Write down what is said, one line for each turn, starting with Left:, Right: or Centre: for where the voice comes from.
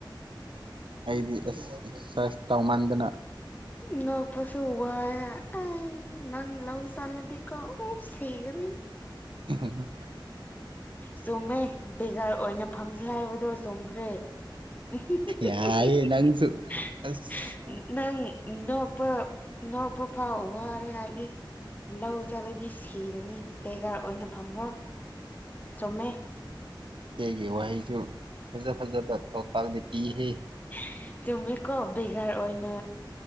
Right: ꯑꯩꯗꯤ ꯑꯁ ꯑꯦꯛꯁꯔꯁꯥꯏꯁ ꯇꯧꯃꯥꯟꯗꯅ
Left: ꯅꯣꯛꯄꯁꯨ ꯋꯥꯏ ꯍꯥꯏ ꯑꯩ ꯅꯪ ꯂꯧ ꯆꯠꯂꯗꯤꯀꯣ ꯎꯝ ꯁꯤꯒꯅꯤ
Right: <unintelligible>
Left: ꯆꯨꯝꯃꯦ ꯕꯦꯒ꯭ꯔ ꯑꯣꯏꯅ ꯐꯝꯖꯦ ꯍꯥꯏꯕꯗꯣ ꯊꯣꯝꯈ꯭ꯔꯦ <unintelligible>
Right: ꯌꯥꯏꯌꯦ ꯅꯪꯁꯨ ꯑꯁ
Left: ꯅꯪ ꯅꯣꯛꯄ ꯅꯣꯛꯄ ꯐꯥꯎ ꯋꯥꯔꯦ ꯍꯥꯏꯗꯤ ꯂꯧ ꯆꯠꯂꯗꯤ ꯁꯤꯔꯅꯤ ꯕꯦꯒ꯭ꯔ ꯑꯣꯏꯅ ꯐꯝꯈ꯭ꯔꯣ ꯆꯨꯝꯃꯦ
Right: ꯢꯆꯦꯒꯤ ꯋꯥꯍꯩꯁꯨ ꯐꯖ ꯐꯖꯕ ꯄꯥꯎꯇꯥꯛꯗꯤ ꯄꯤꯍꯦ
Left: <unintelligible> ꯆꯨꯝꯃꯦꯀꯣ ꯚꯦꯒ꯭ꯔ ꯑꯣꯏꯅ